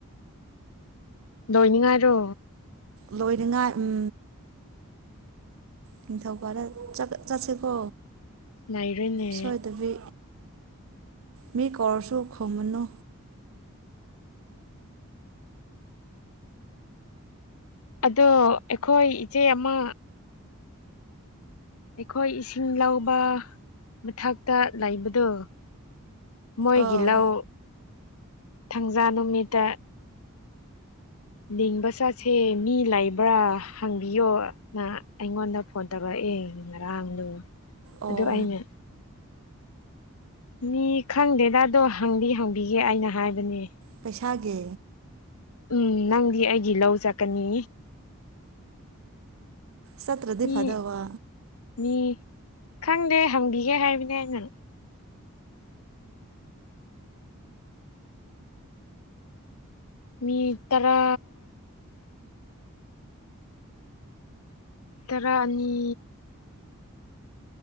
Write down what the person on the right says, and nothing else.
ꯂꯣꯏꯅꯉꯥꯏ ꯎꯝ ꯅꯤꯡꯊꯧꯀꯔ ꯆꯠꯁꯤꯀꯣ
ꯁꯣꯏꯗꯕꯤ ꯃꯤ ꯀꯧꯔꯁꯨꯣ ꯈꯨꯃꯅꯨ
ꯑꯥ
ꯑꯣ
ꯄꯩꯁꯥꯦ
ꯁꯠꯇ꯭ꯔꯗꯤ
ꯐꯥꯗ ꯋꯥ